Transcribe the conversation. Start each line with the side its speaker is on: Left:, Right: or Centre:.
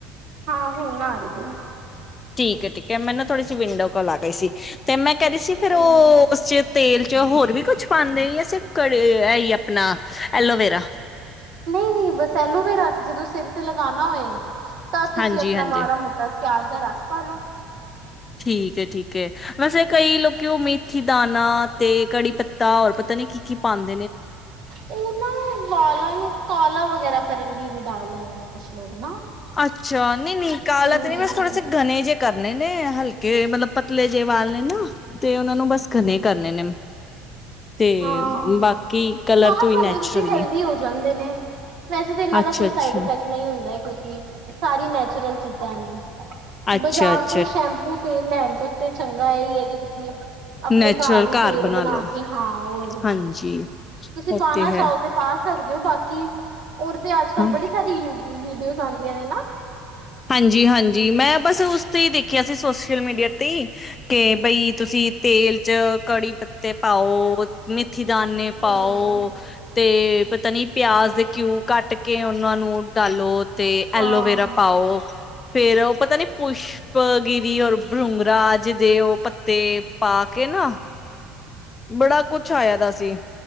Right: ਹਾਂ ਹੁਣ ਆ ਰਹੀ।
Left: ਠੀਕ ਠੀਕ ਹੈ ਮੈ ਨਾ ਥੋੜੀ ਜ ਵਿੰਡੋ ਕੋਲ ਆ ਗਈ ਸੀ ਤੇ ਮੈਂ ਕਹਿੰਦੀ ਸੀ ਫ਼ਿਰ
Right: ਹਮ
Left: ਉਹ ਉਸ ਚ ਤੇਲ। ਹੋਰ ਵੀ ਕੁਛ ਪਾਂਦੇ ਹੀ ਆ ਸਿਰਫ ਕੜੇ ਹੈ ਹੀ ਆਪਣਾ ਐਲੋਵੇਰਾ
Right: ਨਹੀਂ ਨਹੀਂ ਬਸੈਲੋ ਵੀ ਰਾਤ ਜਦੋਂ ਸਿਰ ਤੇ ਲਗਾਾ ਹੋਏ ਤਾਂ ਤੁਸੀਂ
Left: ਹਾਂਜੀ
Right: ਆਪਣਾ
Left: ਹਾਂਜੀ
Right: ਮਾੜਾ ਮੋਟਾ ਪਿਆਜ ਦਾ ਰਸ ਪਾਾਲੋ
Left: ਠੀਕ ਠੀਕ ਹੈ ਵੈਸੇ ਕਈ ਲੋਕੀ ਉਹ ਮੇਥੀ ਦਾਾਨ ਤੇ ਕੜੀ ਪੱਤਾ ਹੋਰ ਪਤਾ ਨੀ ਕੀ ਕੀ ਪ ਪਾਉਂਦਾ
Right: ਉਹਨਾਂ ਵਾਲਾਂ ਨੂੰ ਕਾਲਾ ਵ ਵਗੈਰਾ ਕਰਨ ਲਈ ਵੀ ਡਾਲ ਲੈਂਦੇ ਨੇ ਕੁਛ ਲੋਕ ਨਾ
Left: ਅੱਛਾ ਨਹੀਂ ਨਿਕਾਲਤ
Right: ਹੂੰ।
Left: ਨਹੀਂ ਬਸ ਥੋੜੇ ਸੇ ਗਣੇ ਜਿ ਕਰਨੇ ਨੇ ਹਲਕੇ ਮਤਲਬ ਪਤਲੇ ਜਿਹੇ ਵਾਲ ਨੇ ਨਾ ਤੇ ਉਹਨਾ ਨੂੰ ਬਸ ਕਰਨੇ ਕਰਨੇ ਨੇ ਤੇ
Right: ਹਾਂ
Left: ਬਾਕੀ
Right: ਖ
Left: ਕਲਰ ਤੋਂ
Right: ਸਕਦੇ
Left: ਹੀ ਨੈਚੁਰਲੀ
Right: ਤੁਸੀਂ ਹੈਲਦੀ ਹੋ ਜਾਂਦੇ ਨੇ ਵੈਸੇ ਤਾਂ ਇਹਨਾਂ
Left: ਅੱਛਾ
Right: ਦਾ ਕੋਈ
Left: ਅੱਛਾ
Right: ਸਾਈਡ ਇਫੈਕਟ ਨਹੀਂ ਹੁੰਦਾ ਕਿਉਂਕਿ ਸਾਰੀ ਨੈਚੁਰਲ ਚੀਜ਼ਾਂ ਨੇ
Left: ਅੱਛਾ
Right: ਬਜ਼ਾਰ
Left: ਅੱਛਾ
Right: ਤੋਂ ਸ਼ੈਂਪੂ ਤੇ ਲੈਣ ਤੋਂ ਤੇ ਚੰਗਾ ਇਹੀ ਹੈ ਕਿ ਤੁਸੀਂ ਆਪਣੇ
Left: ਨੈਚੁਰਲ
Right: ਹੀ
Left: ਘਰ
Right: ਤੇਲ
Left: ਬਣਾ ਲੋ
Right: ਕੇ ਹਾਂ ਉਹੀ
Left: ਹਾਂਜੀ
Right: ਤੁਸੀਂ
Left: ਉਹ
Right: ਪਾਣਾ
Left: ਹੈ
Right: ਚਾਹੋ ਤੇ ਪਾ ਸਕਦੇ ਹੋ ਬਾਕੀ ਹੋਰ ਤੇ ਅੱਜ ਕੱਲ
Left: ਹਾਂ
Right: ਬੜੀ ਸਾਰੀ ਯ ਵੀਡੀਓ ਆਉਂਦੀਆਂ ਨੇ ਨਾ
Left: ਹਾਂਜੀ ਹਾਂਜੀ ਮੈਂ ਬਸ ਉਸ ਤੇ ਹੀ ਦੇਖਿਆ ਸੀ ਸੋਸ਼ਲ ਮੀਡੀਆ ਤੇ ਹੀ ਕੇ ਬਈ ਤੁਸੀਂ ਤੇਲ ਚ ਕੜੀ ਪੱਤੇ ਪਾਓ ਮ ਮਥੀ ਦਾਨੇ
Right: ਹੂੰ।
Left: ਪਾਓ ਤੇ ਪਤਾ ਨੀ ਪਿਆਜ਼ ਦੇ ਘਿਊ ਕੱਟ ਕੇ ਉਹਨਾਂ ਨੂੰ ਡਾਲੋ ਤੇ
Right: ਹਾਂ
Left: ਐਲੋਵੇਰਾ ਆਹੋ ਫੇਰ ਉਹ ਪਤਾ ਨੀ ਪੁਸ਼ਪ ਗਿਰੀ ਔਰ ਭਰੂੰਗਰਾਜ ਦੇ ਉਹ ਪੱਤੇ ਪਾਕ ਨਾ ਬੜਾ ਕੁਛ ਆਇਆ ਦਾ ਸੀ।